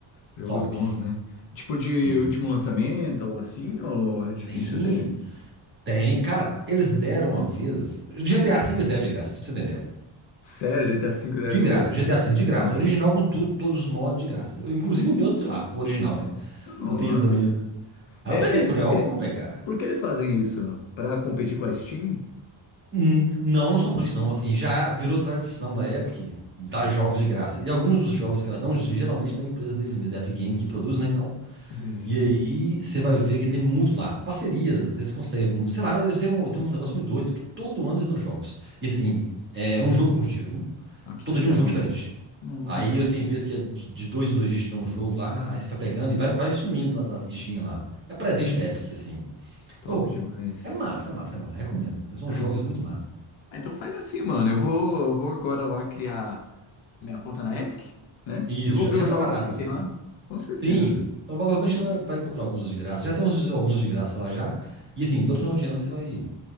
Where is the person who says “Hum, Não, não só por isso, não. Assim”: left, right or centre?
Right